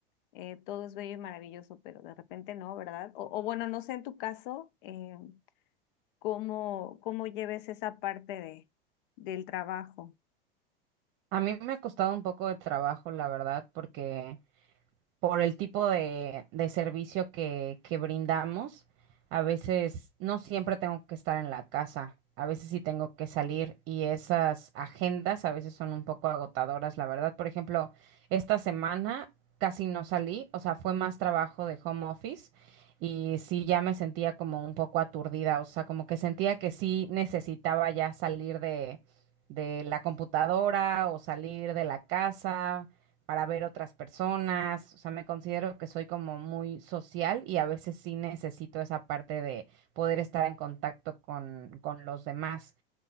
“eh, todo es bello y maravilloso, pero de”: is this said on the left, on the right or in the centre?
Left